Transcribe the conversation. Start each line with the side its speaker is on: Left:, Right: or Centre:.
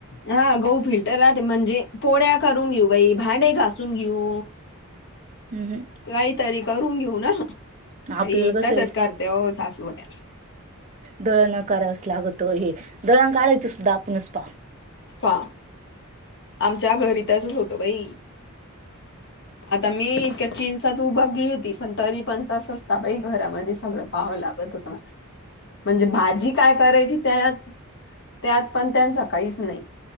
Left: हा गहू फिल्टर राहते म्हणजे पोळ्या करून घेऊ बाई भांडे घासून घेऊ
Right: हम् हम्...
Left: काहीतरी करून घेऊ ना
Right: आपल्याला
Left: त
Right: कसं
Left: तसच
Right: आहे
Left: करते हो सासूबाई
Right: दळणं करावच लागत हे दळण करायच सुद्धा आपणच पा...
Left: हा आमच्या घरीतचच होत बाई.... आता मीन का चीन.... तू बघली होती पण तरी पण तस असता बाई घरामध्ये सगळं पावं लागत होत मला... म्हणजे भाजी काय करायची त्यात त्यात पण त्याच काहीच नाही....